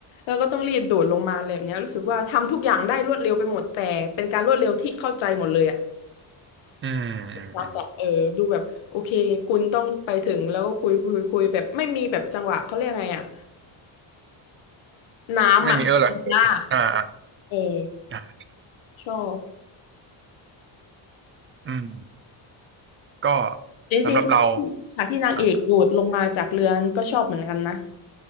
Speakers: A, on the left; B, on the right.
A: แล้วก็ต้องรีบโดดลงมาเลยแบบเนี้ยรู้สึกว่าทำทุกอย่างได้รวดเร็วไปหมดแต่เป็นการรวดเร็วที่เข้าใจหมดเลยอะ
B: อืมอืมอืม
A: รักอะเออดูแบบโอเคคุณต้องไปถึงแล้วก็คุยคุยคุยแบบไม่มีแบบจังหวะเขาเรียกไงอะน้ำอะ
B: ไม่มีเออร์หรอก
A: <laughs> ล่า
B: อ่าอ่า
A: เออ
B: อ่า
A: ชอบ
B: อืมก็
A: จริงๆฉากที่ฉากที่นางเอกโดดลงมาจากเรือนก็ชอบเหมือนกันนะ
B: สำหรับเราอ่ะ